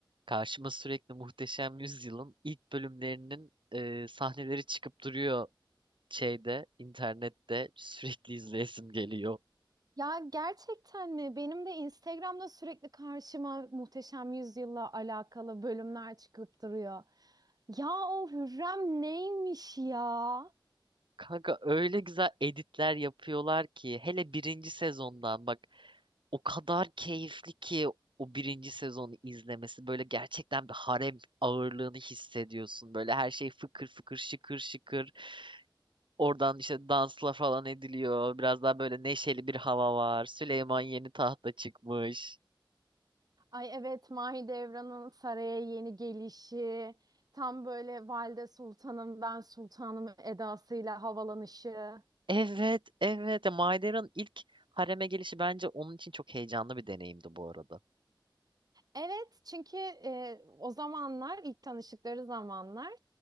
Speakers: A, on the right; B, on the right.
A: Karşıma sürekli Muhteşem Yüzyıl'ın ilk bölümlerinin e, sahneleri çıkıp duruyor şeyde, internette sürekli izleyesim geliyor.
B: Ya gerçekten mi? Benim de Instagram'da sürekli karşıma Muhteşem Yüzyıl'la alakalı bölümler çıkıp duruyor. Ya o Hürrem neymiş ya?
A: Kanka öyle güzel editler yapıyorlar ki hele birinci sezondan bak o kadar keyifli ki o birinci sezonu izlemesi böyle gerçekten bir harem ağırlığını hissediyorsun. Böyle her şey fıkır fıkır şıkır şıkır. Oradan işte dansla falan ediliyor. Biraz daha böyle neşeli bir hava var. Süleyman yeni tahta çıkmış.
B: Ay evet Mahidevran'ın saraya yeni gelişi, tam böyle Valide Sultanım ben Sultanım edasıyla havalanışı.
A: Evet, evet. Ya Maider'ın ilk hareme gelişi bence onun için çok heyecanlı bir deneyimdi bu arada.
B: Evet çünkü e, o zamanlar ilk tanıştıkları zamanlar